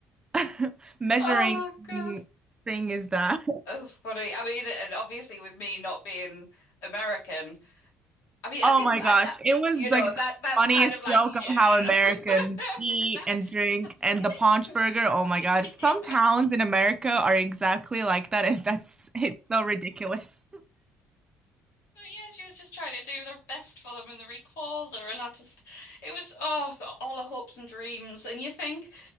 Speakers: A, on the right; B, on the left.
A: <laughs> measuring
B: Oh God,
A: thing is that?"
B: that's funny. I mean, and obviously with me not being American. I mean,
A: Oh
B: I did,
A: my
B: I,
A: gosh, it
B: I-
A: was
B: you know,
A: like the
B: that that's
A: funniest
B: kind of like,
A: joke
B: yeah.
A: on how Americans
B: <laughs> Is
A: eat
B: that,
A: and
B: is
A: drink
B: that
A: and
B: really?
A: the paunch burger.
B: <laughs>
A: Oh my God, some
B: Yeah.
A: towns in America are exactly like that, and that's it's so ridiculous.
B: But yeah, she was just trying to do her best for them and they recalled her and I just it was oh got all her hopes and dreams and you think